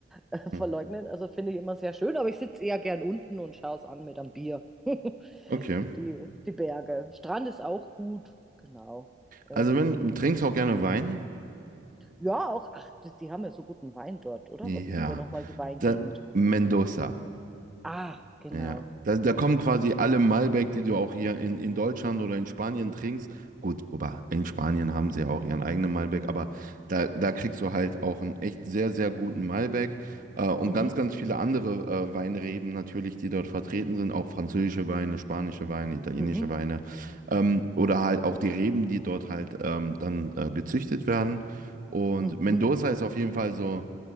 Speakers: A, in the centre; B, on the right.
A: äh, verleugnen.
B: Hm.
A: Also finde ich immer sehr schön, aber ich sitze eher gern unten und schaue es an mit einem Bier. <laughs>
B: Okay.
A: Die, die Berge. Strand ist auch gut, genau. Ähm,
B: Also wenn, trinkst du auch gerne Wein?
A: Ja, auch, ach, die, die haben ja so guten Wein dort, oder?
B: Ja.
A: Was ist denn da nochmal die Weingegend?
B: Dann Mendoza.
A: Ah, genau.
B: Ja, da, da kommen quasi alle Malbec, die du auch hier in, in Deutschland oder in Spanien trinkst. Gut, wobei in Spanien haben sie ja auch ihren eigenen Malbec, aber da, da kriegst du halt auch einen echt sehr, sehr guten Malbec äh, und
A: Mhm,
B: ganz, ganz viele andere äh, Weinreben natürlich, die dort vertreten sind, auch französische Weine, spanische Weine, italienische
A: mhm,
B: Weine ähm, oder halt auch die Reben, die dort halt ähm, dann äh, gezüchtet werden. Und
A: mhm.
B: Mendoza ist auf jeden Fall so,